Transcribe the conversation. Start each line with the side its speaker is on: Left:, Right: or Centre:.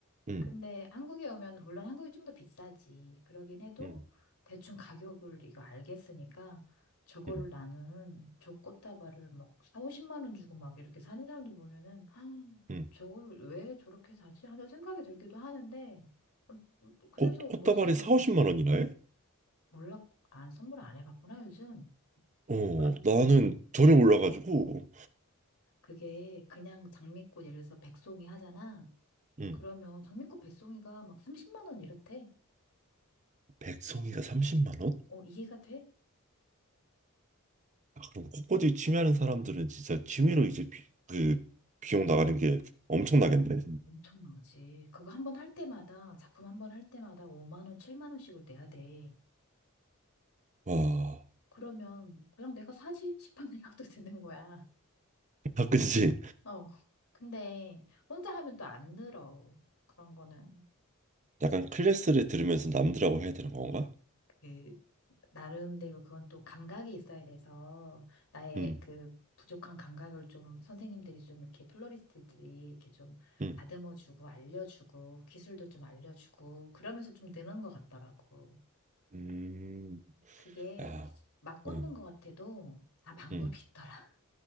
Right: 응,
Left: 근데 한국에 오면 물론 한국이 좀 더 비싸지. 그러긴 해도
Right: 응,
Left: 대충 가격을 이거 알겠으니까 저거를
Right: 응,
Left: 나는 저 꽃다발을 막사 50만 원 주고 막 이렇게 사는 사람들 보면은 <gasps> 아,
Right: 응.
Left: 저거를 왜 저렇게 사지? 하는 생각이 들기도 하는데 음, 음, 뭐 그래서
Right: 꽃, 꽃다발이
Left: 못 사겠는
Right: 4, 50만
Left: 거야.
Right: 원이나 해?
Left: 몰라 안 선물 안 해봤구나 요즘.
Right: 어,
Left: <laughs>
Right: 나는 전혀 몰라가지고.
Left: 그게 그냥 장미꽃 예를 들어서 백송이 하잖아.
Right: 응,
Left: 그러면 장미꽃 백송이가 막 30만 원 이렇대.
Right: 백송이가 30만 원?
Left: 어, 이해가 돼?
Right: 아, 그럼 꽃꽂이 취미하는 사람들은 진짜 취미로 이제 비, 그 비용 나가는 게 엄청나겠네.
Left: 엄청나지. 그거 한 번 할 때마다, 작품 한 번 할 때마다 5만 원, 7만 원씩을 내야 돼.
Right: 와,
Left: 그러면 그냥 내가 사지 싶은 생각도 <laughs> 드는 거야.
Right: 아, 그치.
Left: 어. 근데 혼자 하면 또 안 늘어. 그런 거는.
Right: 약간 클래스를 들으면서 남들하고 해야 되는 건가?
Left: 그, 나름대로 그건 또 감각이 있어야 돼서, 나의
Right: 응,
Left: 그 부족한 감각을 좀 선생님들이 좀 이렇게 플로리스트들이 이렇게 좀
Right: 응,
Left: 다듬어주고, 알려주고, 기술도 좀 알려주고, 그러면서 좀 느는 것 같더라고.
Right: 음,
Left: 그게
Right: 아,
Left: 막 꽂는
Right: 응,
Left: 것 같아도 다 방법이
Right: 응,
Left: 있더라.